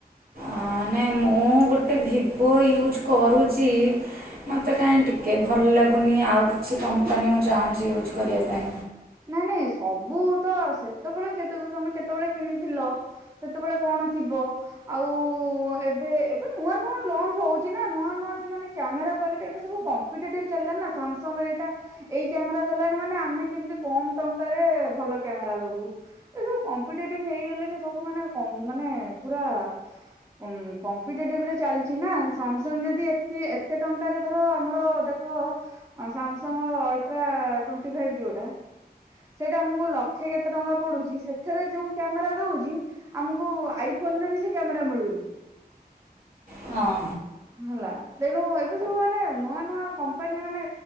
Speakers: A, on the right (about 65°); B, on the right (about 20°).
A: ଅ ନାଇଁ ମୁଁ ଗୋଟ ଗୋଟେ ଭିବୋ ୟୁଜ୍ କରୁଛି ମୋତେ କାଇଁ ଟିକେ ଭଲ ଲାଗୁନି ଆଉ କିଛି କମ୍ପାନୀ ମୁଁ ଚାହୁଁଛି ୟୁଜ୍ କରିବା ପାଇଁ
B: ନାଇଁ ନାଇଁ ସବୁ ତ ସେତେବେଳେ କେତେବେ ତମେ କେତେବେଳେ କିଣିଥିଲ ସେତେବେଳେ କଣ ଥିବ? ଆଉ ଏବେ ଏବେ ନୂଆ ନୂଆ ଲଞ୍ଚ ହଉଛି ନା ନୂଆ ନୂଆ ସେମାନେେ କ୍ୟାମେରା କ୍ଵାଲିଟି ଏବେ ସବୁ କମ୍ପ ମ୍ପିଟେଟିଭ ଚାଲିଲାଣି ନା ଶ୍ୟାମସଙ୍ଗ ଏଇଟା ଏଇ କ୍ୟାମେରା ଦେଲାଣି ମାନେ ଆମେ କେମିତି କମ ଟଙ୍କାରେ ଭଲ କ୍ୟାମେରା ଦବୁ। ଏ ସବୁ କମ୍ପିଟେଟିଭ୍ ହେଇଗଲେଣି ସବୁ ମାନେ କମ୍ପ୍ ମାନେ ପୁରା ଉଁ କମ୍ପିଟେଟିଭରେ ଚାଲିଛି ନା ସାମସଙ୍ଗ ଯଦି ଏତି ଏତେ ଟଙ୍କାରେ ଧର ଆମର ଦେଖ ଖ ଅ ସାମସଙ୍ଗ ଅଲଟ୍ରା ଟ୍ବେଣ୍ଟି ଫାଇଭ ଯୋଉଟା ସେଇଟା ଆମକୁ ଲକ୍ଷେ କେତେ ଟଙ୍କା ପଡୁଛି ସେଥିରେ ଯୋଉ କ୍ୟାମେରା ଦଉଚି ଆମକୁ ଆଇ ଫୋନରେ ବି ସେ କ୍ୟାମେରା ମିଳୁନି।
A: ହଁ।
B: ହେଲା। ତେଣୁ ଏବେ ସବୁ ମାନେ ନୂଆ ନୂଆ କମ୍ପାନୀ ମାନେ